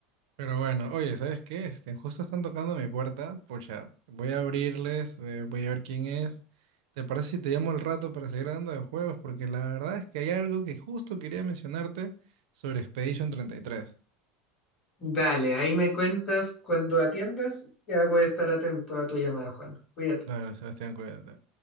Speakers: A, on the right; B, on the left.
A: Pero bueno, oye, ¿sabes qué? Este, justo están tocando mi puerta. Pucha, voy a abrirles, eh, voy a ver quién es. ¿Te parece si te llamo al rato para seguir hablando de juegos? Porque la verdad es que hay algo que justo quería mencionarte sobre Expedition treinta y tres
B: Dale, ahí me cuentas cuando atiendas, ya voy a estar atento a tu llamada, Juan. Cuídate.
A: Dale, Sebastián, cuídate.